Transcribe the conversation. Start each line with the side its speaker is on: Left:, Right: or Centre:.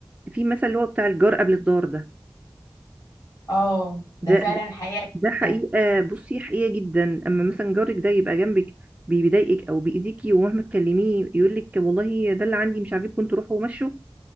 Right: في مثل اللي هو بتاع الجار قبل الدار ده
Left: اه ده
Right: ده
Left: فعلا
Right: ده
Left: حقيقه
Right: ده حقيقة
Left: جدا
Right: بصي حقيقة جدا أما مثلا جارك ده يبقى جنبك بي- بيضايقك أو بيأذيكي ومهما تكلميه يقولك والله ده اللي عندي مش عاجبكم انتوا روحوا ومشوا